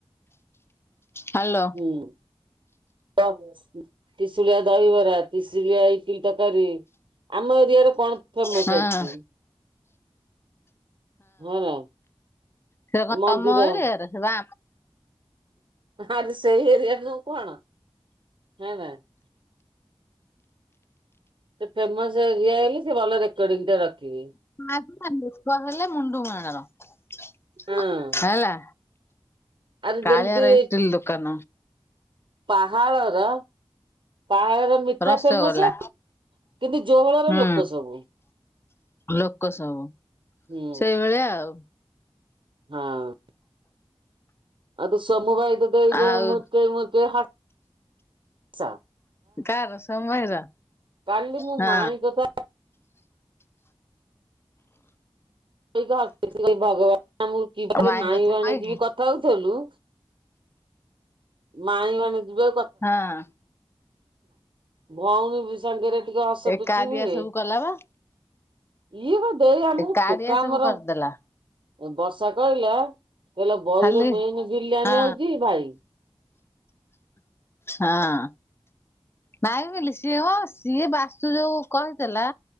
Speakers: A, on the left; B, on the right.
A: ହାଲୋ।
B: ହୁଁ <unintelligible> କିଲ ତରକାରୀ ଆମ ଏରିଆରେ କଣ ଫେମସ
A: ହଁ
B: ଅଛି। ହଁ ର
A: ସେ କଣ
B: ମନ୍ଦିର
A: ତମ ଏରିଆର ବା
B: ଆରେ ସେଇ ଏରିଆ <unintelligible> ଫେମସ୍ ହେଲେ ସେ ଭଲ ରେକଡିଂ ଟା ରଖିବି।
A: <unintelligible>
B: ହଁ
A: ହେଲା
B: ଆରେ
A: କାଳିଆର
B: ଯେମିତି
A: ଇଟିଲି ଦୋକାନ।
B: ପାହାଳର ପାହାଳର ମିଠା
A: ରସଗୋଲା
B: ଫେମସ କିନ୍ତୁ ଜୋହଳର
A: ହୁଁ
B: ଲୋକ ସବୁ
A: ଲୋକ ସବୁ
B: ହୁଁ
A: ସେଇଭଳିଆ ଆଉ।
B: ହଁ। <unintelligible>
A: ଆଉ କାର <unintelligible>
B: କାଲି ମୁଁ
A: ହଁ ଆ
B: ମାଇଁ କଥା <unintelligible> କି ମାଇବାଣ
A: ମାଇଁ କଥା କହିକି
B: ଯିବି କଥା ହଉଥିଲୁ। ମାଇ ମ <unintelligible> ଯିବେ
A: ହଁ।
B: ଭଉଣୀ ବି ସାଙ୍ଗରେ ଟିକେ ହସ
A: ଏ
B: ପୋଛି
A: କାରିଆ
B: ହୁଏ।
A: ସବୁ କଲା ବା
B: ଇଏ ବା ଦେ ଆମକୁ
A: ଏ କାରିଆ
B: ଟୋକା
A: ସବୁ
B: ଆମର
A: କରିଦେଲା
B: ବର୍ଷା କହିଲା କହିଲ ବହି
A: ଖାଲି
B: ର ମେନ ବିରିୟାନ
A: ହଁ
B: ହଉଛି ଭାଇ
A: ହଁ ନାଇଁ ବୋଲିିଲ ସେ ସିଏ ବାସ୍ତୁ ଯୋଉ କହିଥିଲା